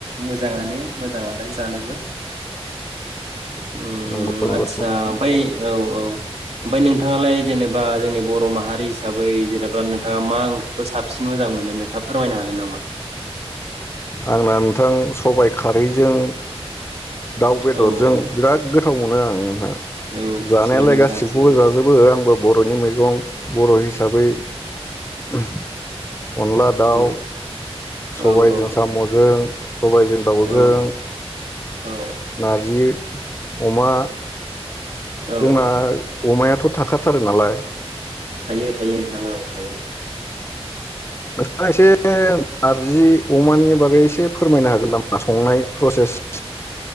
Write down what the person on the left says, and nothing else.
नंगौ नंगौ
आंना नोंथां सबाइ खारैजों दाउ बेदरजों
बिराद गोथाव मोनो आंहा
जानायालाय
गासिबखौबो
जाजोबो
आंबो बरनि मैगं बर' हिसाबै <inaudible> अनला दाउ
सबायजों
साम'जों सबायजों दाउजों
नारजि अमा
जोंना अमायाथ' थाखाथारो नालाय।
नोंथाङा एसे नारजि अमानि बागै एसे फोरमायनो हागोन नामा? संनाय प्रसेस